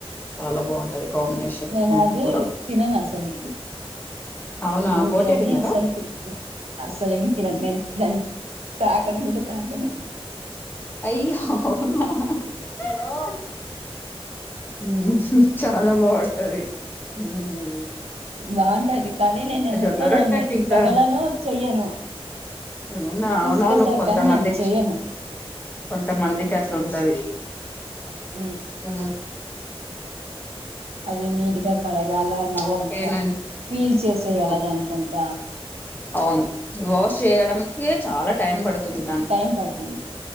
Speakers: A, on the left; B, on the right.
A: చాలా బావుంటది కాంబినేషన్.
B: నేను
A: పుంటి
B: అది
A: కూర
B: తినను అసలుకి
A: అవునా
B: బోటి
A: బోటే
B: అని
A: తినరా
B: అసలుకి అస్సలుకి తినను నేను దాన్ని తాకను కూడా తాకను.
A: అయ్యో హ్హ్హ్హ్ అయ్యో మ్ హ్హ్ చాలా బావుంటది మ్
B: బావుంటది కానీ నేను ఎందుకో
A: జొన్న రొట్టెకి
B: దాన్ని
A: ఇంకా
B: తగలను, చెయ్యను.
A: అవునా అవునవును
B: తీసుకొస్తారు
A: కొంతమందికి
B: కానీ నేను చెయ్యను
A: కొంతమందికి అట్లా ఉంటది.
B: హ
A: ఆ
B: అది నీట్గా కడగాల మళ్ళా
A: ఓకేనండి
B: అంత ఫీల్ చేసేయాల
A: ఓహ్!
B: దానికి అంత
A: అవును వాష్ చేయడానికే చాలా టైం పడుతుది.
B: టైం పడుతది